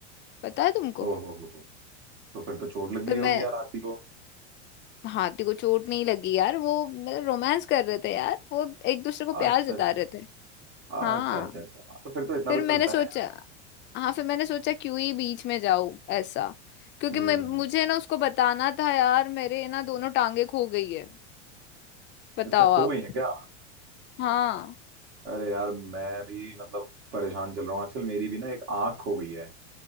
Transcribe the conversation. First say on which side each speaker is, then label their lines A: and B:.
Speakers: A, on the left (about 30°); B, on the right (about 65°).
A: पता है तुमको
B: ओहो हो हो तो फिर तो चोट लग गई
A: फिर
B: होगी
A: मैं
B: यार हाथी को
A: हाथी को चोट नहीं लगी यार वो मतलब रोमांस कर रहे थे यार वो एक दूसरे को
B: अच्छा
A: प्यार जता
B: अच्छा
A: रहे थे
B: अच्छा
A: हाँ
B: अच्छा अच्छा हाँ, तो फिर तो इतना
A: फिर
B: तो
A: मैंने
B: चलता
A: सोचा
B: है
A: हाँ फिर मैंने सोचा क्यों ही बीच में जाऊं ऐसा क्योंकि
B: हम्म
A: मैं मुझे ना उसको बताना था यार मेरे ना दोनों टांगे खो गई है बताओ
B: अच्छा खो
A: आप
B: गई है क्या
A: हाँ
B: अरे यार मैं भी मतलब परेशान चल रहा हूँ आजकल मेरी भी ना एक आंख खो गई है